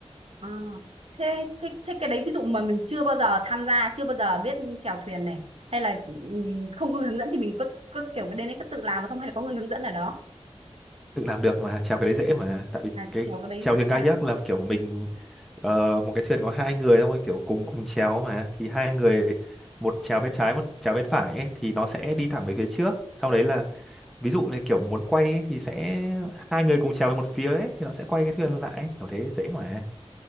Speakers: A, on the right (about 65°); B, in the centre.
A: à, thế, thế thế cái đấy ví dụ mà mình chưa bao giờ tham gia, chưa bao giờ biết chèo thuyền này hay là ừ, không có người hướng dẫn thì mình có có kiểu cái đến đấy có tự làm được không hay là có người hướng dẫn ở đó?
B: tự làm được mà chèo cái đấy dễ mà tại vì
A: À
B: cái
A: chèo cái đấy
B: chèo
A: dễ
B: thuyền kayak
A: à?
B: là kiểu mình ờ, một cái thuyền có hai người xong rồi kiểu cùng cùng chèo mà thì hai người một chèo bên trái một chèo bên phải ấy, thì nó sẽ đi thẳng về phía trước sau đấy là ví dụ như kiểu muốn quay ấy, thì sẽ hai người cùng chèo về một phía ấy thì nó sẽ quay cái thuyền lại ấy. kiểu thế dễ mà